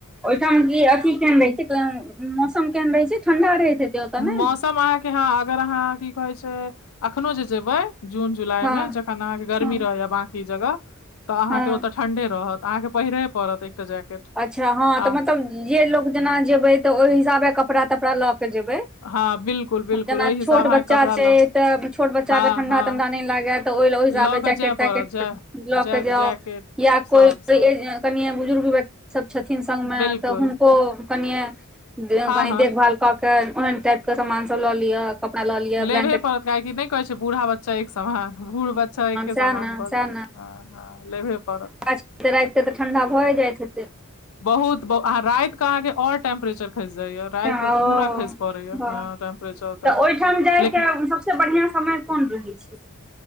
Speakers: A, in the centre; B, on the left (about 70°).
A: ओहिठाम की अछि, केहन रहै छै? मतलब मौसम केहन रहै छै ठंडा रहैत। ओतऽ ने
B: मौसम अहाँकेँ हँ, अगर अहाँ की कहै छी, अखनो जे जेबै। जून जुलाईमे
A: हँ
B: जखन अहाँकेँ गर्मी
A: हँ
B: रहै छै, बाकी जगह तऽ अहाँकेँ
A: हँ
B: ओतऽ। ठंढे रहत, अहाँकेँ पहिरऽ पड़त। एकटा जैकेट
A: अच्छा हँ,
B: आ
A: तऽ मतलब जे लोग जेना जेबै तऽ ओहि हिसाबे कपड़ा तपड़ा लऽ के जेबै।
B: हँ बिल्कुल बिल्कुल
A: जेना
B: ओहि हिसाब
A: छोट
B: अहाँके
A: बच्चा
B: कपड़ा
A: छै,
B: लऽ
A: तऽ छोट बच्चाके
B: हँ
A: ठंढा
B: हँ
A: ठंढा नहि लगैत। तऽ ओ ओहि हिसाबे
B: लऽ कऽ
A: जैकेट-वैकेट
B: जाय पड़त जाय
A: लऽ
B: जैक
A: के जाउ,
B: जैकेट
A: या
B: सब
A: कोनो
B: सब
A: कनि बुजुर्ग व्यक्ति। सभ छथिन संगमे
B: बिल्कुल
A: तऽ हुनको कनि
B: हँ
A: कनि
B: हँ
A: देखभाल। कऽ के ओहेन टाइपके सामान सभ लऽ लिअ। कपड़ा लऽ लिअ
B: लेबहि
A: ब्लैंकेट
B: पड़त, किएक तँ कहै छै बूढ़ा बच्चा एक समान। बूढ़ बच्चा एके
A: सएह
B: समान
A: ने
B: भऽ
A: सएह
B: जाइ छै, हँ हँ, लेबे पड़त।
A: एते राउत के तऽ ठंडा भऽ जाइत हेतै।
B: बहुत बढ़िया रातिके अहाँकेँ आओर टेम्परेचर खसि जाइत छै, रातिके
A: ह
B: तऽ
A: ओ
B: पूरा खसि पड़ै छै
A: वाह
B: हँ। टेम्परेचर ओतऽ
A: तऽ
B: के
A: ओहिठाम जायके
B: लेकिन
A: सभसँ बढ़ियाँ समय कोन रहै छै?
B: तऽ